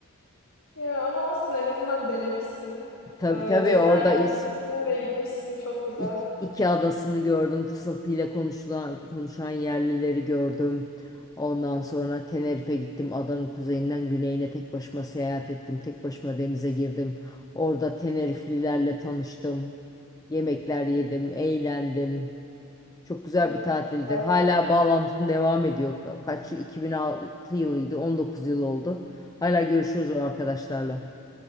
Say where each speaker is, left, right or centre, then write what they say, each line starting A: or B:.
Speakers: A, on the left; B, on the left.
A: Ya ama olsun en azından denemişsin.
B: Tabii
A: Ee,
B: tabii
A: cesaret
B: orada is,
A: etmişsin ve gitmişsin. Çok güzel.
B: iki, iki adasını gördüm. Fısıltıyla konuşulan, konuşan yerlileri gördüm. Ondan sonra Tenerife'ye gittim. Adanın kuzeyinden güneyine tek başıma seyahat ettim. Tek başıma denize girdim. Orada Teneriflilerle tanıştım. Yemekler yedim, eğlendim. Çok güzel
A: Ay
B: bir
A: çok
B: tatildi.
A: güzel.
B: Hala bağlantım devam ediyor. Ka- Kaç yıl? 2006 yılıydı. 19 yıl oldu. Hala görüşürüz o arkadaşlarla.